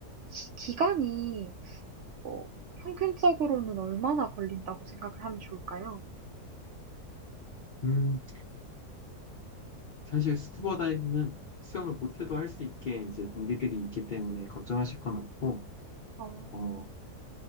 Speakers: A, on the right; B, on the left.
A: 시 기간이 어, 평균적으로는 얼마나 걸린다고 생각을 하면 좋을까요?
B: 음, 사실 스쿠버 다이빙은 수영을 못해도 할 수 있게 이제 동기들이 있기 때문에 걱정하실 건 없고,
A: 어,
B: 어,